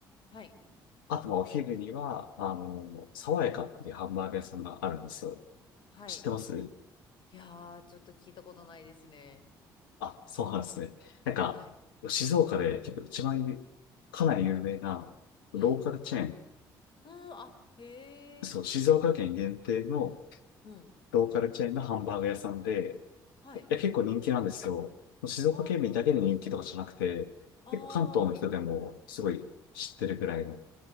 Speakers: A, on the left (about 45°); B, on the left (about 75°).
A: はい。
B: あと、まあ、お昼には、あの、爽やかっていうハンバーガー屋さんがあるんですよ。
A: はい。
B: 知ってます
A: いやー、ちょっと聞いたことないですね。
B: あ、そうなんですね。なんか、
A: はい。
B: 静岡で結構一番有かなり有名なローカルチェーン、
A: はい。うん、あ、へえ。
B: そう、静岡県限定の
A: うん。
B: ローカルチェーンのハンバーガー屋さんで、
A: はい。
B: いや結構人気なんですよ。静岡県民だけで人気とかじゃなくて、
A: ああ、そうなんですね。ああ、
B: 結構関東の人でもすごい知ってるぐらいの、